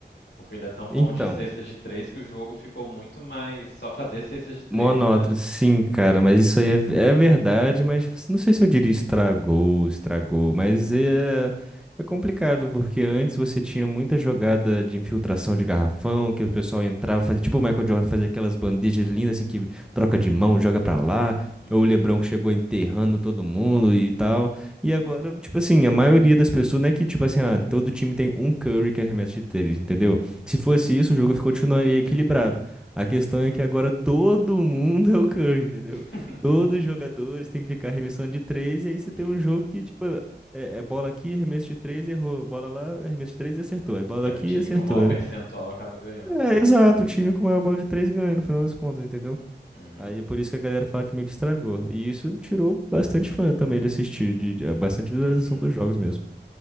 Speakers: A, on the left (about 75°); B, in the centre.
A: Porque ele é tão
B: Então,
A: bom de cesta de três que o jogo ficou muito mais só fazer cesta de três,
B: monótono,
A: né?
B: sim, cara, mas isso aí é, é verdade, mas tipo assim, não sei se eu diria estragou, estragou, mas é, é complicado, porque antes você tinha muita jogada de infiltração de garrafão, que o pessoal entrava, fazia tipo o Michael Jordan, fazia aquelas bandejas lindas assim, que troca de mão, joga pra lá,
A: Uhum.
B: ou o LeBron que chegou enterrando todo mundo e tal, e agora, tipo assim, a maioria das pessoas, não é que tipo assim, ah, todo time tem um Curry que arremessa de três, entendeu? Se fosse
A: Uhum.
B: isso, o jogo continuaria equilibrado. A questão é que agora todo mundo é o Curry, entendeu?
A: <laughs>
B: Todos os jogadores têm que ficar arremessando de três, e aí você
A: Uhum.
B: tem um jogo que, tipo, é, é bola aqui, arremesso de três, errou. Bola lá, arremesso de três e acertou. É bola
A: Aí
B: aqui
A: o time
B: e acertou.
A: com maior percentual
B: É,
A: acaba ganhando,
B: é,
A: né?
B: exato, o time com maior bola de três ganha, no final das contas, entendeu?
A: Uhum.
B: Aí é por isso que a galera fala que meio que estragou. E isso tirou bastante fã também de assistir, de, de- é, bastante visualização
A: Uhum.
B: dos jogos mesmo.